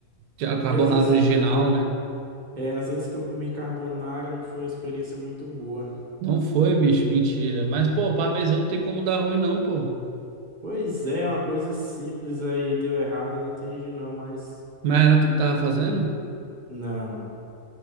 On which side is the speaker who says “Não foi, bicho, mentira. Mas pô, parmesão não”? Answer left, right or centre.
Right